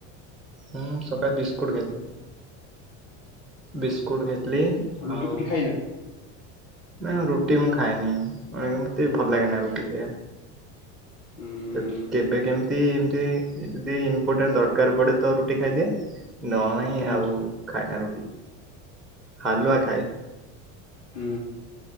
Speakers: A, in the centre; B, on the left (about 80°).
A: ହୁଁ ସକାଳ ବିିସ୍କୁଟ ଖାଇଥିଲି ବିିସ୍କୁଟ ଖାଇଥିଲି।
B: ରୁଟି
A: ଆଉ।
B: ଫୁଟି ଖାଇନା
A: ନାଇଁ ମୁଁ ରୁଟି ମୁଁ ଖାଏନି ଅଏ ମତେ ଭଲ ଲାଗେନା ରୁଟି ଖାଇବା।
B: ହୁଁ
A: ତ କେବେ କେମିତି ଏମତି ଯଦି ଇମ୍ପୋର୍ଟାଣ୍ଟ ଦରକାର ପଡେ ତ ରୁଟି ଖାଇଦିଏ। ନ ନାହିଁ
B: ହୁଁ
A: ଆଉ ଖାଏ ନା ରୁଟି ହାଲୁଆ ଖାଏ।
B: ହୁଁ।